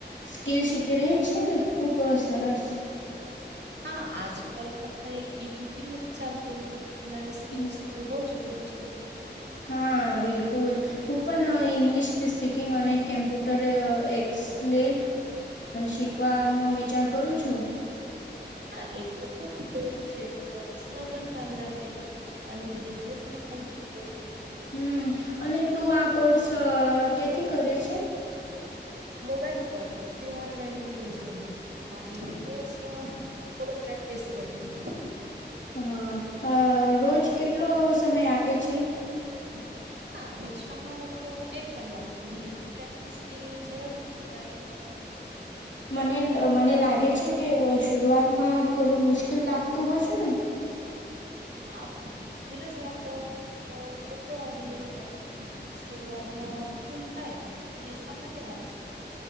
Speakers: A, on the left (about 90°); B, on the right (about 75°).
A: સ્કીિલ શખી રહિ છું ખૂબ સરસ.
B: હા આજકાલ ફક્ત એક ડિગ્રી થી નથી ચાલતું. નવી સ્કીલ
A: હમ
B: શીખવું બોવ જરૂરી છે.
A: હા બિલકુલ હું પણ ઇંગ્લિશ સ્પીકિંગ અને કેમ્પ્યુટર એકસ કલે શીખવાનો વિચાર કરું છું.
B: હા એ તો ખુબ ઉપયોગી છે ઓફિસમાં પણ કામ લાગે. અને બિઝનેસમાં પણ જરૂરી છે.
A: હમમ અને તું આ કોર્સ ક્યાથી કરે છે?
B: મોબાઈલ પર થી ઓનલાઈન વિડીયોઝ જોયને. અને બોસ થોડો પ્રેક્ટિસ કરું છું.
A: હા અ રોજ કેટલો સમય આપે છે?
B: <inaudible> હા ઓછામાં ઓછો એક કલાક ની પ્રેક્ટિસથી જ ઝડપ થી શીખાય.
A: હા મને મને લાગે છે કે શરૂઆતમાં થોડું મુશ્કેલ લાગતું હસે ને
B: હા ધીરજ રાખો તો બધું આવડી જાય. શરૂઆતમાં ભૂલ થાય એ સામાન્ય વાત છે.